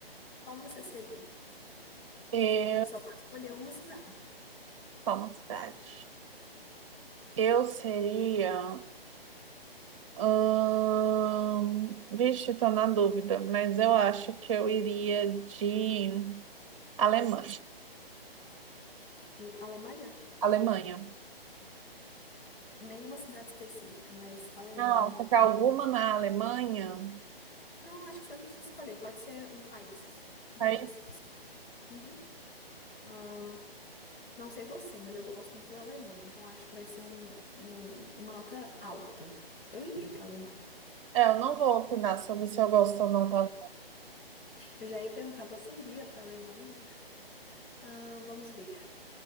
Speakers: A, on the left; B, on the right.
A: qual você seria?
B: Eu
A: Você só pode escolher uma cidade
B: sou uma cidade. Eu seria. Ahn, vixe, tô na dúvida, mas eu acho que eu iria de Alemanha.
A: de Alemanha,
B: Alemanha.
A: nenhuma cidade específica, mas Alemanha
B: Não.
A: no-
B: Porque alguma na Alemanha.
A: Não, acho que você não precisa escolher. Pode ser um país. Um
B: Aí,
A: país é suficiente. Uhum. Ahn, não sei você, mas eu gosto muito da Alemanha, então acho que vai ser um- um- uma nota alta. Eu iria para a Alemanha.
B: é, eu não vou opinar sobre se eu gosto ou não da Alemanha.
A: Eu já ia perguntar, você iria para a Alemanha? Ahn, vamos ver.